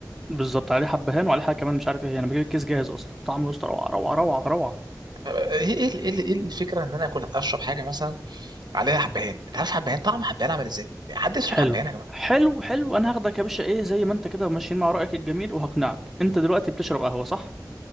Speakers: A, in the centre; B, on the right (about 75°).
A: بالظبط عليه حبهان وعليه حاجه كمان مش عارف ايه هي انا بجيب الكيس جاهز اصلا طعمه يا اسطى روعه روعه روعه روعه
B: ايه ايه ايه إيه إيه الفكره ان انا اكل اشرب حاجه مثلا عليها حبهان انت عارف حبهان طعم حبهان عامل ازاي حد يشرب
A: حلو
B: حبهان يا جماعه
A: حلو حلو انا هاخدك يا باشا ايه زي ما انت كده ماشيين مع رأيك الجميل وهقنعك انت دلوقتي بتشرب قهوة صح